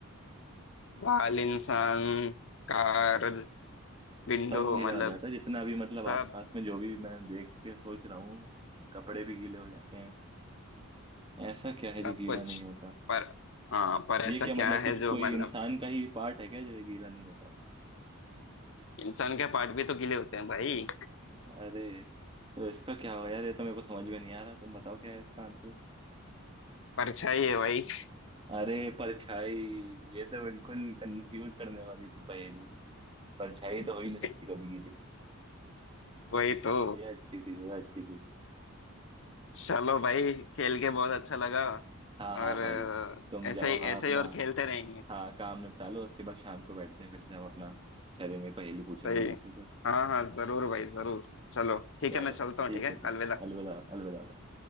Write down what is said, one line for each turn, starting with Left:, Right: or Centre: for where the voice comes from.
Left: बाल इंसान कार विंडो
Right: सब गीला
Left: मतलब
Right: हो जाता है जितना भी मतलब
Left: सब
Right: आसपास में जो भी मैं देख के सोच रहा हूँ कपड़े भी गीले हो जाते हैं ऐसा क्या है
Left: सब
Right: जो गीला
Left: कुछ
Right: नहीं होता
Left: पर हाँ पर ऐसा
Right: ये क्या
Left: क्या
Right: मतलब
Left: है
Right: कुछ
Left: जो
Right: कोई
Left: मतलब
Right: इंसान का ही पार्ट है क्या जो ये गीला नहीं होता
Left: इंसान के पार्ट भी तो गीले होते हैं भाई
Right: अरे तो इसका क्या हो यार ये तो मेरे को समझ में नहीं आ रहा तुम बताओ क्या है इसका आंसर
Left: परछाई है भाई
Right: अरे परछाई ये तो बिल्कुल कंफ्यूज करने वाली थी पहेली परछाई तो हो ही नहीं
Left: <laughs>
Right: सकती कभी गीली
Left: वही तो
Right: ये अच्छी थी ये अच्छी थी
Left: चलो भाई खेल के बहुत अच्छा लगा
Right: हाँ
Left: और
Right: हाँ
Left: अ,
Right: भाई तुम
Left: ऐसे
Right: जाओ
Left: ही
Right: हाँ
Left: ऐसे
Right: अपना
Left: ही और खेलते रहेंगे
Right: हाँ काम निपटा लो उसके बाद शाम को बैठते हैं फिर से हम अपना करेंगे पहेली पूछेंगे
Left: सही
Right: एक दूसरे
Left: है।
Right: से
Left: हाँ हाँ जरूर भाई जरूर चलो ठीक
Right: चलो
Left: है मैं चलता हूँ
Right: ठीक
Left: ठीक है
Right: है भाई
Left: अलविदा
Right: अलविदा अलविदा भाई